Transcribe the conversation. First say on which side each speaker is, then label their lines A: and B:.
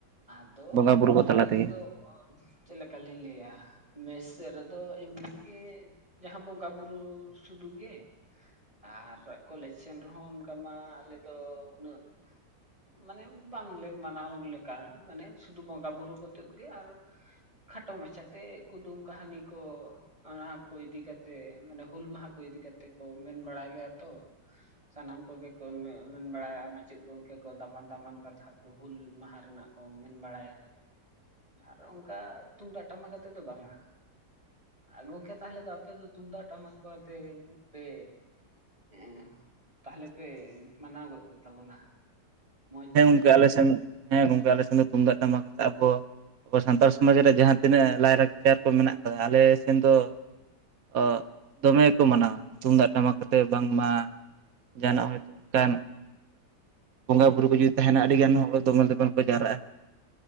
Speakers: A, on the right; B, on the right.
A: ᱟᱫᱚ
B: ᱵᱚᱸᱜᱟ ᱵᱩᱨᱩ
A: ᱠᱚᱞᱮᱡᱽ
B: ᱠᱚ ᱛᱟᱞᱟ ᱛᱮᱜᱮ
A: ᱨᱮᱫᱚ ᱚ ᱪᱮᱫ ᱞᱮᱠᱟ ᱞᱤᱧ ᱞᱟᱹᱭᱼᱟ, ᱢᱮᱥ ᱥᱮᱫ ᱨᱮ ᱫᱚ ᱮᱢ ᱱᱤ ᱜᱮ ᱡᱟᱸᱦᱟ ᱵᱚᱸᱜᱟ ᱵᱩᱨᱩ ᱥᱩᱫᱩ ᱜᱮ ᱟᱨ ᱠᱚᱞᱮᱡᱽ ᱥᱮᱱ ᱨᱮᱦᱚᱸ ᱚᱱᱠᱟ ᱢᱟ ᱟᱞᱮ ᱫᱚ ᱩᱱᱟᱹᱜ ᱢᱟᱱᱮ ᱵᱟᱝ ᱞᱮ ᱢᱟᱱᱟᱣ ᱞᱮᱠᱟ, ᱢᱟᱱᱮ ᱥᱩᱫᱩ ᱵᱚᱸᱜᱟᱼᱵᱩᱨᱩ ᱠᱟᱛᱮᱫ ᱜᱮ ᱟᱨ ᱠᱷᱟᱴᱚ ᱢᱟᱪᱷᱟ ᱛᱮ ᱠᱩᱫᱩᱢ ᱠᱟᱹᱦᱱᱤ ᱠᱚ, ᱟᱸᱻ ᱠᱚ ᱤᱫᱤ ᱠᱟᱛᱮ ᱢᱟᱱᱮ ᱦᱩᱞ ᱢᱟᱦᱟ ᱠᱚ ᱤᱫᱤ ᱠᱟᱛᱮ ᱠᱚ ᱢᱮᱱ ᱵᱟᱲᱟᱭ ᱜᱮᱭᱟ ᱛᱚ᱾ ᱥᱟᱱᱟᱢ ᱠᱚᱜᱮ ᱠᱚ ᱢᱮ ᱢᱮᱱ ᱵᱟᱲᱟᱭᱟ ᱢᱟᱪᱮᱫ ᱜᱚᱝᱠᱮ ᱠᱚ ᱫᱟᱢᱟᱱ ᱫᱟᱢᱟᱱ ᱠᱟᱛᱷᱟ ᱠᱚ ᱦᱩᱹᱞ ᱢᱟᱦᱟ ᱨᱮᱱᱟᱜ ᱠᱚ ᱢᱮᱱ ᱵᱟᱲᱟᱭᱟ, ᱟᱨ ᱚᱸᱠᱟ ᱛᱩᱢᱫᱟᱜ ᱴᱟᱢᱟᱠ ᱟᱛᱮ ᱫᱚ ᱵᱟᱝᱼᱟ᱾ ᱟᱻᱜᱚᱝᱠᱮ ᱛᱟᱦᱮᱞᱮ ᱫᱚ ᱟᱯᱮ ᱫᱚ ᱛᱩᱢᱫᱟᱜ ᱴᱟᱢᱟᱠ ᱠᱚ ᱟᱛᱮ, ᱯᱮ ᱮᱸᱦ ᱛᱟᱦᱮᱞᱮ ᱯᱮ ᱢᱟᱱᱟᱣ ᱜᱚᱫ ᱠᱮᱫ ᱛᱟᱵᱚᱱᱟ! ᱢᱚᱸᱡᱽ
B: ᱦᱮᱸ
A: ᱧᱚᱜ
B: ᱜᱚᱝᱠᱮ ᱟᱞᱮ ᱥᱮᱱ, ᱦᱮᱸ ᱜᱚᱝᱠᱮ ᱟᱞᱮ ᱥᱮᱱ ᱫᱚ ᱛᱩᱢᱫᱟᱜ ᱴᱟᱢᱟᱠ ᱟᱛᱮ ᱟᱵᱚᱣᱟᱜ ᱟᱵᱚ ᱥᱟᱱᱛᱟᱲ ᱥᱚᱢᱟᱡᱽ ᱨᱮᱱᱟᱜ ᱡᱟᱦᱟᱸ ᱛᱤᱱᱟᱹᱜ ᱞᱟᱭᱼᱞᱟᱠᱪᱟᱨ ᱠᱚ ᱢᱮᱱᱟᱜ ᱟᱠᱟᱫᱟ ᱟᱞᱮ ᱥᱮᱱ ᱫᱚ ᱚᱜ ᱫᱚᱢᱮ ᱠᱚ ᱢᱟᱱᱟᱣᱟ, ᱛᱩᱢᱫᱟᱜ ᱴᱟᱢᱟᱠ ᱟᱛᱮ ᱵᱟᱝ ᱢᱟ ᱡᱟᱦᱟᱸᱱᱟᱜ ᱦᱚᱭ ᱛᱚ‌ ᱚᱱᱠᱟᱱ, ᱵᱚᱸᱜᱟ ᱵᱩᱨᱩᱠ- ᱠᱚ ᱡᱩᱫᱤ ᱛᱟᱦᱮᱸᱱᱟ ᱟᱹᱰᱤ ᱜᱟᱱ ᱦᱚᱲ ᱫᱚᱢᱮᱞ ᱫᱚᱢᱮᱞ ᱠᱚ ᱡᱟᱣᱨᱟᱜᱼᱟ᱾